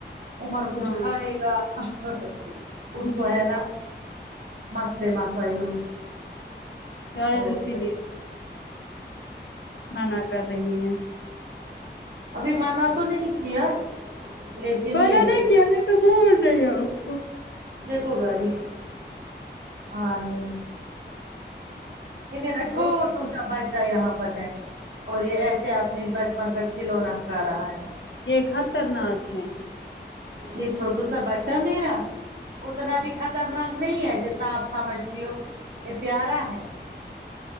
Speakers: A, on the right (about 60°); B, on the left (about 80°).
A: عمر کچھ
B: ہاں
A: کھائے گا ا اہ اس
B: ہوں،
A: کو ہے نا مسئلے مسائل
B: شاید
A: اور
B: اسی
A: کیا
B: مانا کر رہی ہے
A: ابھی مانا تو نہیں کیا لیکن
B: <unintelligible>
A: یہ دیکھو گاڑی ہاں نہیں یہ میرا
B: اور
A: چھوٹو
B: سنا
A: کا بچھہ یہاں پر ہے اور یہ ایسے آپنی بچپن سے کھلونا کھا رہا ہے
B: یہ خطرناک ہے
A: یہ چھوٹو سا بچھہ میرا اتنا بھی خطرناک نہیں ہے جتنا آپ سمجھتی ہو یہ پیارا ہے